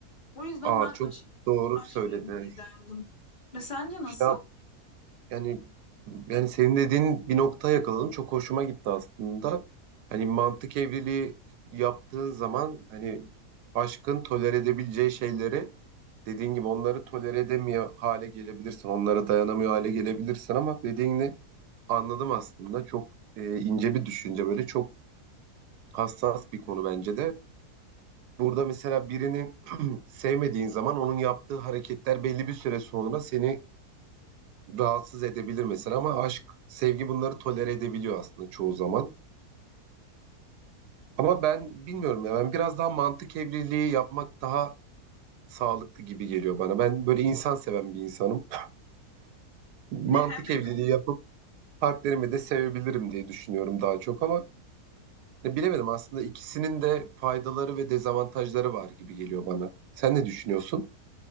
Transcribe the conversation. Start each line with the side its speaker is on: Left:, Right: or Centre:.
Left: O yüzden
Right: Aa
Left: ben aşk,
Right: çok doğru
Left: aşk
Right: söyledin.
Left: evliliği
Right: Hani
Left: derdim. Ve sence nasıl?
Right: işte Yani yani senin dediğin bir noktaya yakaladım. Çok hoşuma gitti aslında. Hani mantık evliliği yaptığın zaman hani aşkın tolere edebileceği şeyleri dediğin gibi onları tolere edemiyor hale gelebilirsin. Onlara dayanamıyor hale gelebilirsin ama dediğini anladım aslında. Çok e, ince bir düşünce böyle çok hassas bir konu bence de. Burada mesela birini <clears throat> sevmediğin zaman onun yaptığı hareketler belli bir süre sonra seni rahatsız edebilir mesela ama aşk, sevgi bunları tolere edebiliyor aslında çoğu zaman. Ama ben bilmiyorum ya ben biraz daha mantık evliliği yapmak daha sağlıklı gibi geliyor bana. Ben böyle insan seven bir insanım. <laughs> Mantık
Left: <laughs>
Right: evliliği yapıp partnerimi de sevebilirim diye düşünüyorum daha çok ama e, bilemedim aslında ikisinin de faydaları ve dezavantajları var gibi geliyor bana. Sen ne düşünüyorsun?